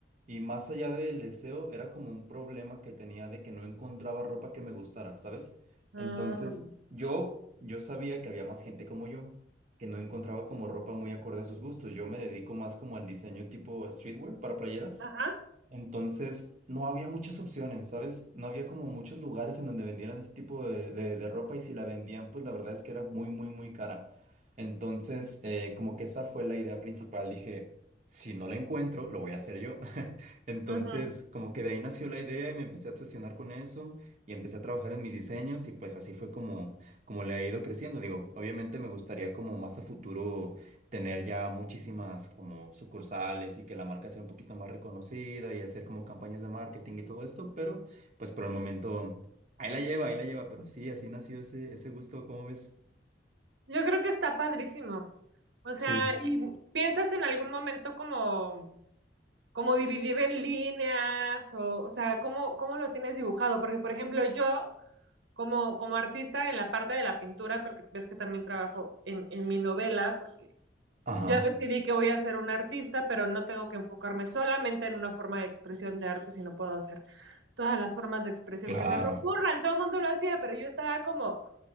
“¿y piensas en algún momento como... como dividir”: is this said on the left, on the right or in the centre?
Right